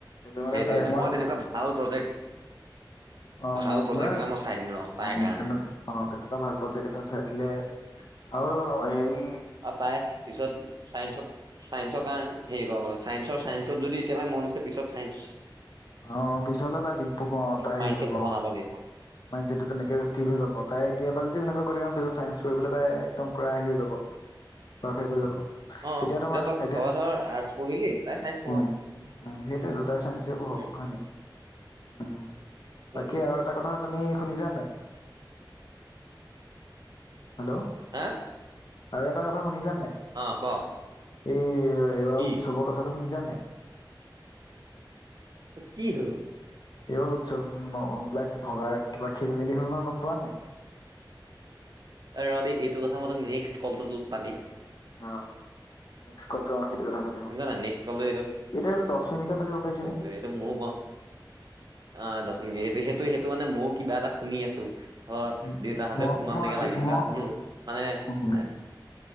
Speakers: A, on the left; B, on the right.
A: মানে
B: সেইটো
A: তাই অকমান
B: সেই মই তেনেকুৱা ভাল প্ৰজেক্ট।
A: অ
B: ভাল
A: মন
B: প্ৰজেক্ট
A: মানে
B: এটা মই চাই দিম ৰ'
A: অ
B: তাইৰ কাৰণে।
A: তেনে অ তেনেকুৱা ভাল প্ৰজেক্টটা চাই দিলে, অ সেই।
B: অ তাই পিছত চাইঞ্চত। চাইঞ্চৰ কাৰণে, হেৰি হেৰি পাব চাইন্সৰ চাইঞ্চত যদি এতিয়াৰপৰা মন আছে পিছত চাইঞ্চ।
A: অ, পিছলে তাই দি হ'ব, অ তাই
B: মাইণ্ডছেটটো
A: হেৰি হ'ব।
B: বনাব লাগিব অ
A: মাইনছেটটো তেনেকে ঠিক হৈ যাব। তাই এতিয়াপা যদি তেনেকৈ কৰে আৰু পিছত চাইঞ্চ পঢ়িবলৈ তাই একদম পুৰা হেৰি হৈ যাব, পাৰফেক্ হৈ যাব।
B: অ
A: এতিয়া তোমাৰ
B: তই
A: এতিয়া
B: তই ধৰ আৰ্টচ পঢ়িলি তাই চাইন্স পঢ়ক
A: উম উ সেইটো দুটাই চাইঞ্চিয়ে পঢ়ক।
B: উম
A: হয় নেকি? উম,
B: সেইটোৱে
A: বাকী আৰু এটা কথা তুমি শুনিছা নে নাই? হেল্ল'!
B: হা!
A: আৰু এটা কথা শুনিছা নে নাই?
B: অ, ক!
A: এই এইবাৰ
B: কি
A: উৎসৱৰ কথাটো শুনিছা নে নাই?
B: কি হ'ল?
A: এইবাৰ উৎসৱ ম বিলাক ভগা কিবা খেলি মেলি হ'ল ন, গম পোৱানে নাই?
B: এ ৰ' দেই, এইটো কথা মই তোক নেক্সট কলটোটোত পানিম।
A: অ নেক্স কলটো অ সেইটো কথা পাতিম
B: শুনিছ
A: অ।
B: নাই নেক্সট কলটো
A: এইটো আৰু দহ মিনিটকে পাতিব পাৰিছে।
B: এই টো ম ও গ আ দশন সেইটো সেইটো মানে মইও কিবা এটা শুনি আছোঁ। অ,
A: উম,
B: দেউতাহঁতেও
A: মই
B: ফোনত
A: মই
B: এনেকে
A: আজি
B: লাগি থকা
A: মই
B: শুনো। মানে
A: উম,
B: এ